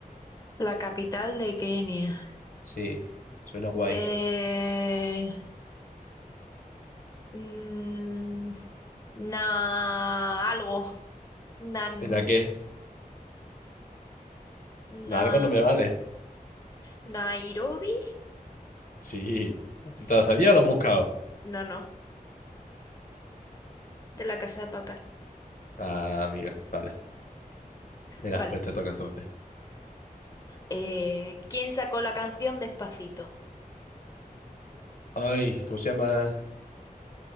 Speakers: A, on the left; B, on the left.
A: la capital de Kenia.
B: Sí, suena guay.
A: Eh, Mm, na, algo. Nan,
B: ¿En a qué? ¿En
A: na,
B: algo no me vale?
A: Nairobi.
B: Sí.
A: Bien.
B: ¿Te lo sabía o lo has buscado?
A: No, no. De la Casa de Papel.
B: Ah, amiga, vale. Mira,
A: Vale.
B: pues te toca entonces.
A: Eh, ¿quién sacó la canción Despacito?
B: Ay, ¿cómo se llama?